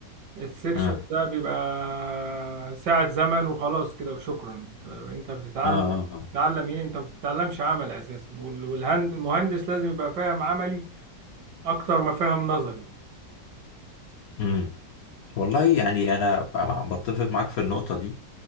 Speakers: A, on the right; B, on the left.
A: السكشن
B: اه
A: ده بيبقى ساعة زمن وخلاص كده وشكرا طب انت بتتعلم
B: اه اه
A: بتتعلم ايه انت ما بتتعلمش عمل اساسا والمهندس لازم يبقى فاهم عملي اكتر ما فاهم نظري
B: امم والله يعني انا ب- عم بتفق معاك في النقطه دي